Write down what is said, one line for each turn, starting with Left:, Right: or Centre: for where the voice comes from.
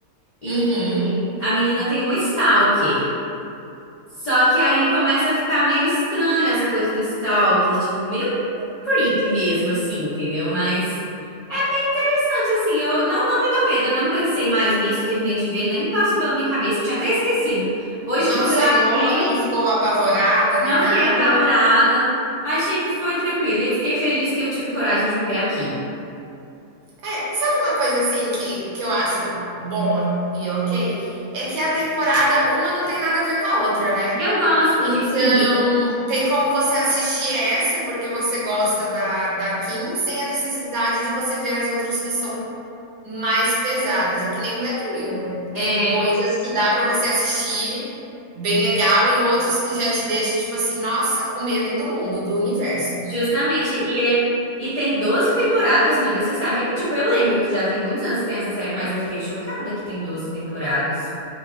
Left: e
Right: Uhum.
Left: a menina tem uma stalker. Só que aí começa a ficar meio estranho essa coisa do stalker, tipo, meio creepy mesmo, assim, entendeu? Mas é interessante, assim, eu não, não me deu medo, eu não pensei mais nisso, terminei de ver, nem passou pela minha cabeça, eu tinha até esquecido. Hoje,
Right: Não
Left: quando
Right: sonhou,
Left: eu abri,
Right: não ficou apavorada
Left: não
Right: nem nada.
Left: fiquei apavorada, achei que foi tranquilo, e eu fiquei feliz que eu tive coragem de ver aqui.
Right: É, sabe uma coisa assim que, que eu acho bom e ok? É que a temporada, uma não tem nada a ver com a outra, né?
Left: Eu gosto
Right: Então,
Left: disso. E, miga,
Right: tem como você assistir essa, porque você gosta da, da Kim, sem a necessidade de você ver as outras que são Mais pesadas, é que nem Black Mirror. Tem
Left: é,
Right: coisas que dá pra você assistir bem legal e outros que já te deixa, tipo assim, nossa, com medo do mundo, do universo.
Left: Justamente, e, é- e tem 12 temporadas, amiga, você sabe? Tipo, eu lembro que já tem muitos anos que tem essa série, mas eu fiquei chocada que tem doze temporadas.